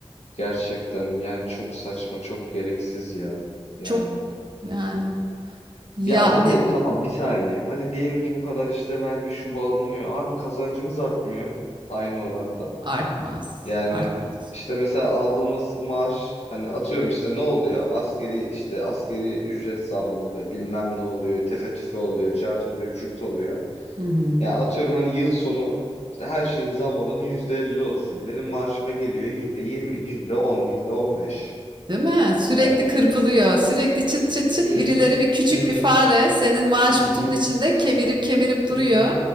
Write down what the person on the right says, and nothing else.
Çok yani yani
artmaz,
artmaz.
Hı hı.
Değil mi? Sürekli
kırpılıyor. Sürekli çıt çıt çıt
birileri bir küçük
bir fare senin maaş
kutunun
içinde kemirip kemirip duruyor.